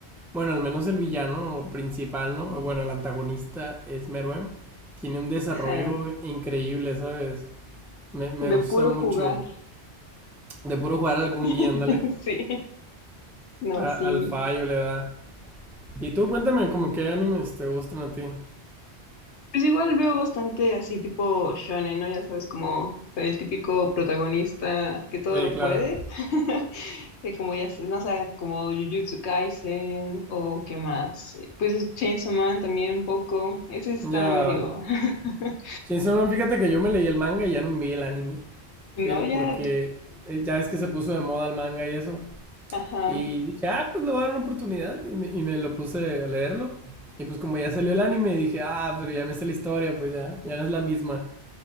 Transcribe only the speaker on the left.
ajá,
de
puro
jugar.
<laughs>
Sí, no,
sí.
Pues igual veo bastante así tipo shonen, ¿no? Ya sabes, como el típico protagonista que todo
lo
puede. <laughs> Eh, Como ya sé, no sé sea, como Jujutsu Kaisen o qué más. Eh, Pues Chainsaw Man también un poco. Ese sí
está medio... <laughs>
No,
ya...
Ajá.